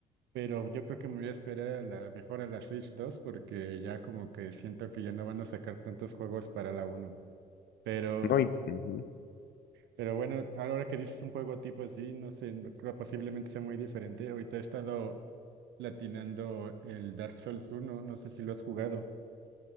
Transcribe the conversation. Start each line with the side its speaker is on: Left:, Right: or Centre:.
Right: pero yo creo que me voy a esperar a la, mejor a la Switch dos porque ya como que siento que ya no van a sacar tantos juegos para la uno Pero,
Left: No, y, ujú.
Right: pero bueno, ahora que dices un juego tipo así, no sé, no creo posiblemente sea muy diferente. Ahorita he estado latinando el Dark Souls uno no sé si lo has jugado.